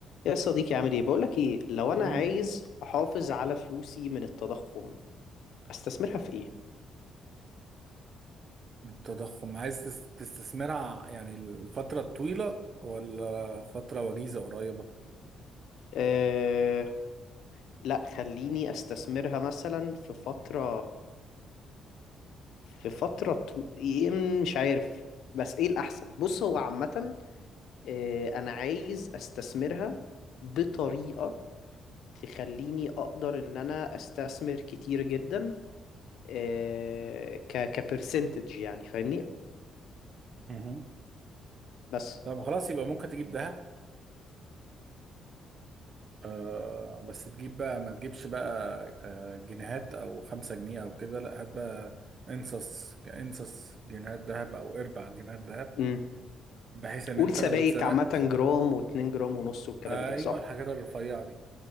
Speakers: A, on the left (about 75°); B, on the right (about 50°).
A: يا صديقي عامل ايه بقولك ايه لو انا
B: مم.
A: عايز احافظ على فلوسي من التضخم استثمرها في ايه
B: التضخم عايز تس- تستثمرها يعني الفترة الطويلة ولا فترة وجيزة قريبة
A: أه... لا خليني استثمرها مثلا في فترة في فترة طو... إيه مش عارف بس ايه الاحسن بص هو عامة أه... انا عايز استثمرها بطريقة تخليني اقدر ان انا استثمر كتير جدا أه... ك... كبرسنتج يعني فاهمني
B: مهم.
A: بس
B: طب خلاص يبقى ممكن تجيب ذهب آه بس تجيب بقى ما تجيبش بقى آه جنيهات او خمسة جنيه او كده لا هات بقى انصص انصص جنيهات ذهب او اربع جنيهات ذهب
A: امم
B: بحيث ان
A: قول
B: انت
A: سبايك
B: لو اتزنقت
A: عامة جرام واتنين جرام ونص والكلام
B: ايوه
A: ده صح؟
B: الحاجات الرفيعة دي